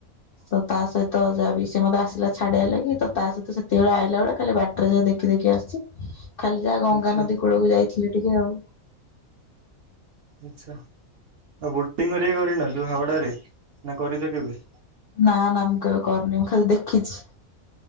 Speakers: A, on the left; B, on the right.
A: ସ ତା ସହିତ ଯାହା ବି ସେ ମତେ ଆସିଲା ଛାଡି଼ଆ ଲାଗି। ତ ତା ସହିତ ସେତିକିବେଳେ ଆଇଲା ବେଳେ ଖାଲି ବାଟ ରେ ଯାହା ଦେଖି ଦେଖି ଆସିଚି। ଖାଲି ଯାହା ଗଙ୍ଗାନଦୀ
B: ଆଚ୍ଛା
A: କୂଳକୁ ଯାଇଥିଲି ଟିକେ ଆଉ।
B: ଆଛା ଆଉ ବୋଟିଂ ହରିକା କରିନ ଯୋଉ ହାଉଡାରେ ନା କରିଛ କେବେ?
A: ନା ନା ମୁଁ କେବେ କରିନି ମୁଁ ଖାଲି ଦେଖିଛି।